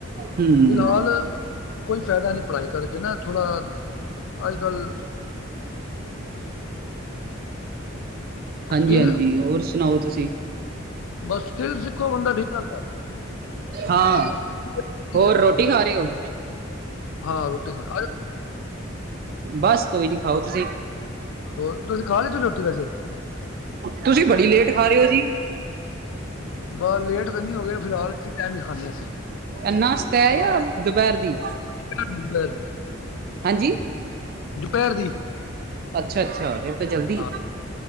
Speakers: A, on the right; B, on the left.
A: ਹਮ
B: ਫਿਲਹਾਲ, ਕੋਈ ਫਾਇਦਾ ਨੀ ਪੜ੍ਹਾਈ ਕਰਕੇ ਨਾ। ਥੋੜ੍ਹਾ, ਅਜ ਕੱਲ।
A: ਹਾਂਜੀ,
B: ਸਕਿੱਲ
A: ਹਾਂਜੀ ਹੋਰ ਸੁਣਾਓ ਤੁਸੀਂ?
B: ਬਸ, ਸਕਿਲ ਸਿੱਖੋ ਬੰਦਾ ਠੀਕ ਰੇਂਦਾ।
A: ਹਾਂ।
B: ਜ਼ਰੂਰੀ
A: ਹੋਰ,
B: ਹੈ
A: ਰੋਟੀ ਖਾ ਰਹੇ ਹੋ?
B: ਹਾਂ, ਰੋਟੀ ਖਾ ਰੇ।
A: ਬਸ, ਕੋਈ ਨੀ ਖਾਓ ਤੁਸੀਂ।
B: ਹੋਰ, ਤੁਸੀਂ ਖਾ ਲੈਤੀ ਰੋਟੀ ਵੈਸੇ।
A: ਤੁਸੀਂ ਬੜੀ ਲੇਟ ਖਾ ਰਹੇ ਹੋ, ਜੀ।
B: ਬਸ ਲੇਟ ਤਾਂ ਨੀ ਹੋ ਗਏ ਫਿਲਹਾਲ ਇਸੀਂ ਟਾਈਮ ਹੀ ਖਾਂਦੇ ਆਂ।
A: ਇਹ ਨਾਸਤਾ ਹੈ ਜਾਂ ਦੁਪਹਿਰ ਦੀ
B: ਦੁਪਹਿਰ ਦੀ
A: ਹਾਂਜੀ।
B: ਦੁਪਹਿਰ ਦੀ।
A: ਅੱਛਾ ਅੱਛਾ ਫਿਰ ਤਾਂ ਜਲਦੀ
B: ਹਾਂ,